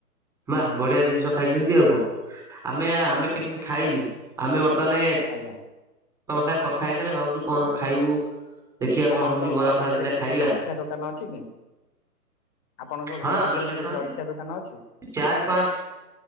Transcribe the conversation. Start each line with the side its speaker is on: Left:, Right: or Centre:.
Centre: ବାଃ ବଢିଆ ଜିନିଷ ଖାଇଚନ୍ତି ଆଉ କଣ? ଆମେ ଆମେ
Left: ନିଶ୍ଚିନ୍ତ
Centre: ତ କିଛି ଖାଇନୁ ଆମେ ବର୍ତ୍ତମାନେ
Left: ଆଜ୍ଞା।
Centre: ତମ ସାଙ୍ଗେ କଥା ହେଇସାରିଲେ ଭାବୁଚୁ କଣ ଖାଇବୁ? ଦେଖିବା
Left: ଆପଣଙ୍କ
Centre: କଣ ହଉଛି ବରା
Left: ଘର
Centre: ଫରା
Left: ପାଖରେ
Centre: ଦିଟା
Left: କିଛି
Centre: ଖାଇବା
Left: ଜଳଖିଆ ଦୋକାନ ଅଛି କି? ଆପଣଙ୍କ
Centre: ହଁ
Left: ଘର ପାଖରେ କିଛି
Centre: ଦୋକାନ ଅଛି।
Left: ଜଳଖିଆ ଦୋକାନ ଅଛି?
Centre: ଚାରି ପାଞ୍ଚ